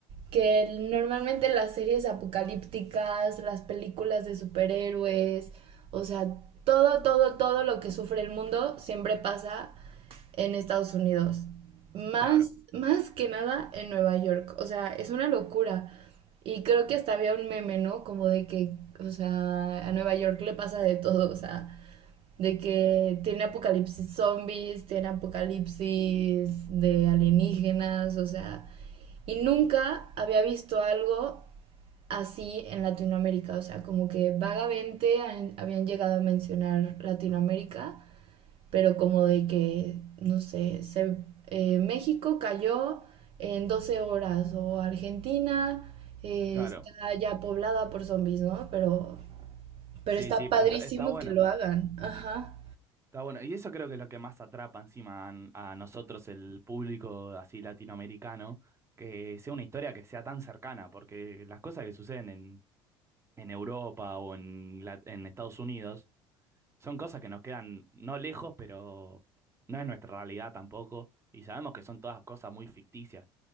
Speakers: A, on the right; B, on the right.
A: que normalmente las series apocalípticas, las películas de superhéroes, o sea, todo, todo, todo lo que sufre el mundo siempre pasa en Estados Unidos. Más,
B: Claro,
A: más que nada en Nueva York. O sea, es una locura. Y creo que hasta había un meme, ¿no? Como de que, o sea, a Nueva York le pasa de todo, o sea, de que tiene apocalipsis zombies, tiene apocalipsis de alienígenas, o sea, y nunca había visto algo así en Latinoamérica, o sea, como que vagamente han- habían llegado a mencionar Latinoamérica, pero como de que, no sé, se, eh, México cayó en 12 horas o Argentina eh,
B: claro.
A: está ya poblada por zombies, ¿no? Pero, pero
B: Sí,
A: está
B: sí,
A: padrísimo
B: pero está, está bueno.
A: que lo hagan. Ajá.
B: Está bueno, y eso creo que es lo que más atrapa encima a, a nosotros, el público así latinoamericano, que sea una historia que sea tan cercana, porque las cosas que suceden en, en Europa o en, la- en Estados Unidos son cosas que nos quedan no lejos, pero no es nuestra realidad tampoco, y sabemos que son todas cosas muy ficticias.